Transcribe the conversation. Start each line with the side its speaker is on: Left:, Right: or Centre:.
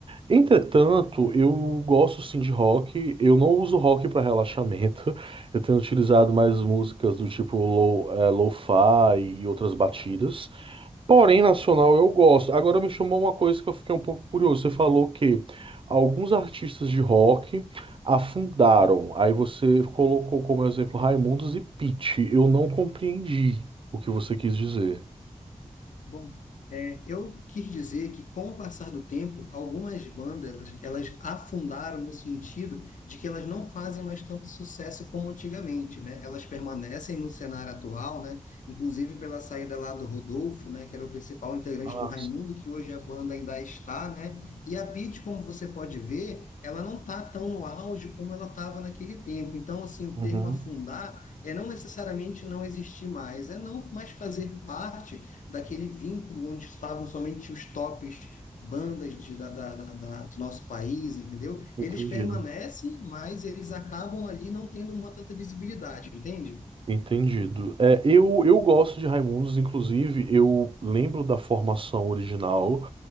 Right: Entretanto, eu gosto sim de rock. Eu não uso rock para relaxamento. <laughs> Eu tenho utilizado mais músicas do tipo low, eh, lo-fi e outras batidas. Porém, nacional eu gosto. Agora me chamou uma coisa que eu fiquei um pouco curioso. Você falou que alguns artistas de rock afundaram. Aí você colocou como exemplo Raimundos e Pitty. Eu não compreendi o que você quis dizer.
Left: Bom, é, eu quis dizer que com o passar do tempo, algumas bandas elas, elas afundaram no sentido de que elas não fazem mais tanto sucesso como antigamente, né? Elas permanecem no cenário atual, né? Inclusive pela saída lá do Rodolfo, né? Que era o principal integrante
Right: Ah,
Left: do Raimundo,
Right: sim.
Left: que hoje a banda ainda está, né? E a Pitty, como você pode ver, ela não está tão no auge como ela estava naquele tempo. Então, assim, o
Right: Uhum.
Left: termo afundar é não necessariamente não existir mais, é não mais fazer parte daquele vínculo onde estavam somente os tops bandas de, da, da, da, da- do nosso país, entendeu?
Right: Entendi.
Left: Eles permanecem, mas eles acabam ali não tendo uma tanta visibilidade, entende?
Right: Entendido. É, eu, eu gosto de Raimundos, inclusive, eu lembro da formação original.